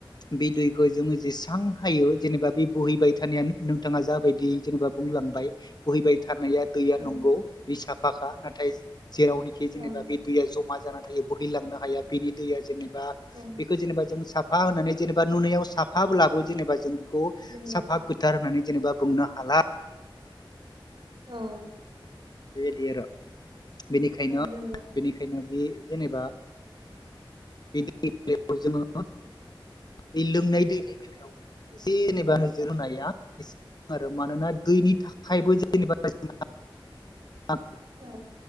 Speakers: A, on the left; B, on the right.
A: बे दैखो जोङो जेसेबां हायो जेनेबा बे बोहैबाय थानायानो नोंथाङा जाबायदि जेनेबा बुंलांबाय बोहैबाय थानाया दैया
B: औ
A: नंगौ बे साफाखा नाथाय जेरावनोखि जेनेबा
B: औ
A: बे दैया जमा जाना थायो बोहैलांनो हाया बेनि दैया जेनेबा
B: औ
A: बेखो जेनेबा जों साफ फा होनानै जेनेबा नुनायाव साफाब्लाबो जेनेबा जों बेखौ
B: नंगौ
A: साफा गोथार होननानै जेनेबा बुंनो हाला
B: औ
A: बेबायदि आरो बेनिखायनो
B: औ नंगौ
A: बेनिखायनो बे जेनेबा बे दैनि बे जोङो बे लोंनाय दैनि बेलायाव जेनेबा नोजोर होनाया एसे आरो मानोना दैनि थाखायबो जेनेबा जों आ
B: औ